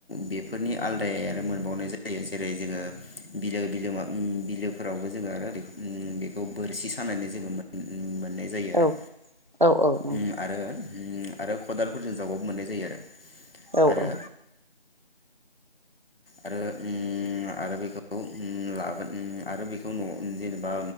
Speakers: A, on the left; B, on the right.
A: बेफोरनि आलदाय आरो मोनबावनाय जायो जेरै जोङो बिलो बिलो बिलोफोरावबो जोङो आरो बे बेखौ बोरसि सानानै जोङो मोन मोननाय जायो आरो
B: औ औ औ नंगौ।
A: उम आरो आरो खदालफोरजों जावबाबो मोननाय जायो आरो।
B: औ
A: आरो
B: औ।
A: आरो आरो बेखौ लाबोन आरो बेखौ न' जेनेबा